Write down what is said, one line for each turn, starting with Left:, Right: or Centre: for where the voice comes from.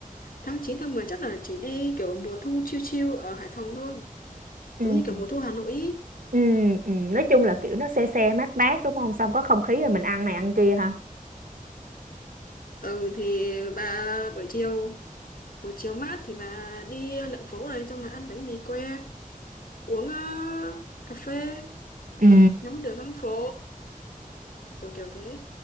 Left: Tháng 9 tháng 10 chắc là chỉ đi kiểu mùa thu chill chill ở Hải Phòng thôi.
Right: Ừ.
Left: Giống như kiểu mùa thu Hà Nội ý.
Right: Ừ, ừ, nói chung là kiểu nó se se mát mát đúng không? Xong có không khí rồi mình ăn này ăn kia ha.
Left: Ừ thì bà buổi chiều buổi chiều mát thì bà đi lượn phố này xong là ăn bánh mì que uống ờ, cà phê
Right: Ừ.
Left: ngắm đường ngắm phố kiểu kiểu thế